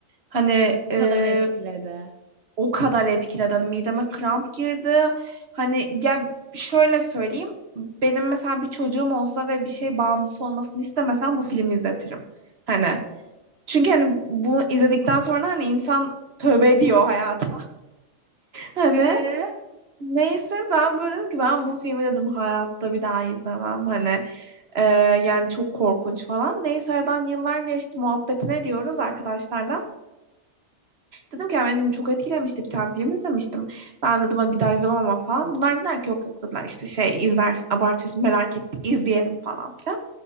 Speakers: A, on the right; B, on the right.
A: Hani
B: O
A: e,
B: kadar etkiledi.
A: o kadar etkiledi. Hani mideme kramp girdi. Hani ya şöyle söyleyeyim. Benim mesela bir çocuğum olsa ve bir şey bağımlısı olmasını istemesem bu filmi izletirim. Hani çünkü hani bunu izledikten sonra hani insan tövbe ediyor hayata. Hani
B: Ee?
A: neyse ben böyle dedim ki ben bu filmi dedim hayatta bir daha izlemem hani e, yani çok korkunç falan. Neyse aradan yıllar geçti muhabbetine diyoruz arkadaşlarla. Dedim ki "Ya beni dedim, çok etkilemişti bir tane film izlemiştim. Ben dedim hani bir daha izlemem ama falan. Bunlar dediler ki yok yok dediler işte şey izlersin abartıyorsun merak ettik izleyelim falan filan.